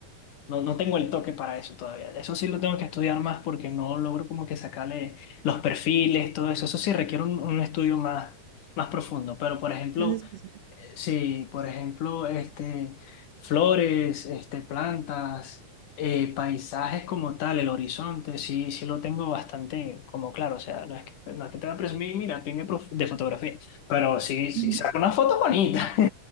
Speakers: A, on the left; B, on the right.
A: no, no tengo el toque para eso todavía. Eso sí lo tengo que estudiar más porque no logro como que sacarle los perfiles, todo eso. Eso sí requiere un, un estudio más, más profundo. Pero, por ejemplo,
B: más específico.
A: Sí, por ejemplo, este, flores, este, plantas, eh, paisajes como tal, el horizonte, sí, sí lo tengo bastante como claro. O sea, no es que, no es que te voy a presumir, mira, tiene de prof- de fotografía, pero sí, sí,
B: Ujú.
A: saco una foto bonita. <laughs>